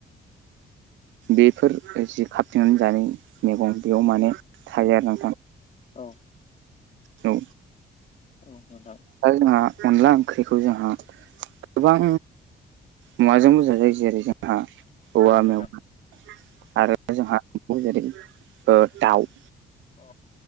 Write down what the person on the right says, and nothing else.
बेफोर जि खााबथिेनानै जानाय मैगं बेयाव माने थायो आरो नोंथां
औ
दा जोंहा अनला ओंख्रिखौ जोंहा गोबां मुवाजोंबोोज जायो जेरै जोंहा औवा
मेवा आरो जोंहा जेरै दाउ